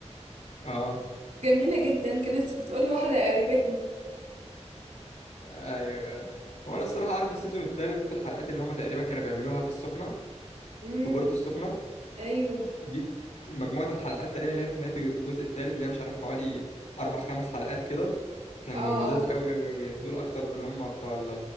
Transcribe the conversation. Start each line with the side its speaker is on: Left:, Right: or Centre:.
Left: اه
Right: جميله جدا كانت بتقول لواحده قريبتنا
Left: ايوه ايوه هو انا الصراحه عارف السيزون الثالث الحلقات اللي هما تقريبا كانوا بيعملوها في السخنه
Right: امم
Left: في بورتو السخنة
Right: ايوه
Left: دي مجموعة الحلقات تقريبا اللي هي في نهاية الجزء الثالث اللي هي مش عارف حوالي أربع خمس حلقات كده كانوا
Right: اه
Left: لذاذ
Right: اه
Left: قوي قوي قوي يعني دول أكتر اللي هم بتوع ال